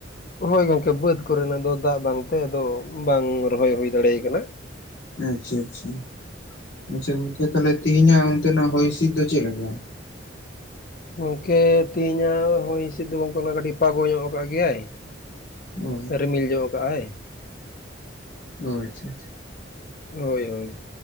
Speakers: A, on the left; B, on the left.
A: ᱦᱳᱭ ᱜᱚᱝᱠᱮ ᱵᱟᱹᱫᱽ ᱠᱚ ᱨᱮᱱᱟᱜ ᱫᱚ ᱫᱟᱜ ᱵᱟᱝᱛᱮ ᱟᱫᱚ ᱵᱟᱝ ᱨᱚᱦᱚᱭ ᱦᱩᱭ ᱫᱟᱲᱮᱭ ᱠᱟᱱᱟ᱾
B: ᱟᱪᱪᱷᱟ ᱟᱪᱪᱷᱟ, ᱟᱪᱪᱷᱟ ᱜᱚᱝᱠᱮ ᱛᱟᱦᱚᱞᱮ ᱛᱤᱦᱤᱧᱟᱜ ᱚᱱᱛᱮᱱᱟᱜ ᱦᱚᱭ ᱦᱤᱥᱤᱫ ᱫᱚ ᱪᱮᱫ ᱞᱮᱠᱟ?
A: ᱜᱚᱝᱠᱮ ᱛᱮᱦᱮᱧᱟᱜ ᱦᱚᱭ ᱦᱤᱥᱤᱫ ᱫᱚ ᱜᱚᱝᱠᱮ ᱚᱱᱟ ᱠᱟᱴᱤᱡ <unintelligible> ᱧᱚᱜ ᱠᱟᱜ ᱜᱮᱭᱟᱭ᱾
B: ᱚ
A: ᱨᱤᱢᱤᱞ ᱧᱚᱜ ᱠᱟᱜᱼᱟᱭ᱾
B: ᱚ ᱟᱪᱪᱷᱟ ᱟᱪᱪᱷᱟ᱾
A: ᱦᱳᱭ ᱦᱳᱭ᱾